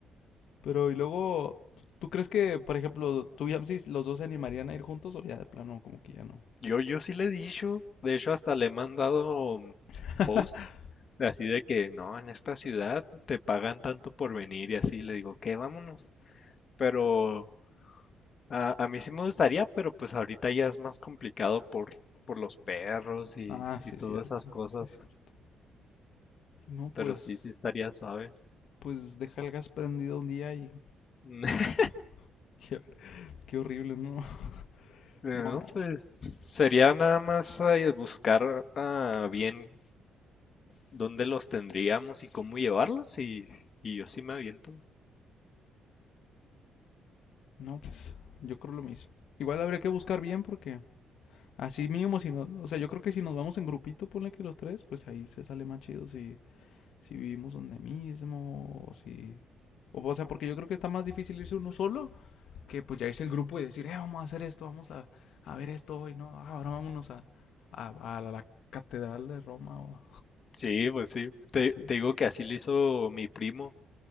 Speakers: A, on the left; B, on the left.
A: Pero y luego, ¿tú crees que, por ejemplo, tú y Amsis, los dos se animarían a ir juntos o ya de plano como que ya no?
B: Yo, yo sí le he dicho, de hecho hasta le he mandado mm,
A: <laughs>
B: post, así de que no, en esta ciudad te pagan tanto por venir y así, le digo, que vámonos. Pero a, a mí sí me gustaría, pero pues ahorita ya es más complicado por, por los perros y,
A: ah, sí,
B: y todas
A: cierto,
B: esas cosas,
A: sí, cierto. No, pues
B: pero sí, sí estaría suave.
A: pues deja el gas prendido un día y,
B: <laughs>
A: oh, y a ver, qué horrible, no, <laughs>
B: No,
A: no,
B: pues sería nada más eh, buscar ah, bien dónde los tendríamos y cómo llevarlos y, y yo sí me aviento.
A: no, pues yo creo lo mismo. Igual habría que buscar bien porque así mínimo, si no, o sea, yo creo que si nos vamos en grupito, ponle que los tres, pues ahí se sale más chido si, si vivimos donde mismo o si... O, o sea, porque yo creo que está más difícil irse uno solo que pues ya irse en grupo y decir, eh, vamos a hacer esto, vamos a, a ver esto hoy, ¿no? Ah, Ahora vámonos a, a, a la catedral de Roma o...
B: Sí, pues sí.
A: <laughs> Qué
B: Te,
A: chido.
B: te digo que así le hizo mi primo,